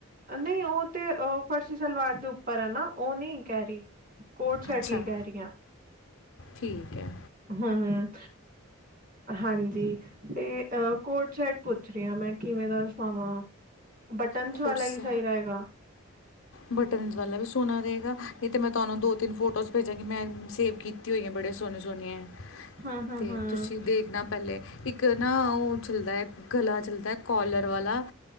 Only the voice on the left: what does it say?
ਅੱਛਾ
ਠੀਕ ਐ।
ਕੋਰਸ
ਬਟਨਸ ਵਾਲਾ ਵੀ ਸੋਨਾ ਰੇੲਗਾ। ਨਈ ਤਾਂ ਮੈਂ ਤੁਹਾਨੂੰ ਦੋ-ਤਿੰਨ ਫੋਟੋਜ਼ ਭੇਜਾਂਗੀ, ਮੈਂ ਸੇਵ ਕੀਤੀ ਕੀਤੀ ਹੋਈਆਂ ਬੜੇ ਸੋਹਨੇ-ਸੋਹਨੇ,
'ਤੇ
ਤੁਸੀਂ ਦੇਖਨਾ ਪੈਲੇ, ਇੱਕ ਇਕ ਨਾ ਉਹ ਚੱਲਦੈ, ਗਲਾ ਚੱਲਦੈ ਕੋਲਰ ਵਾਲਾ।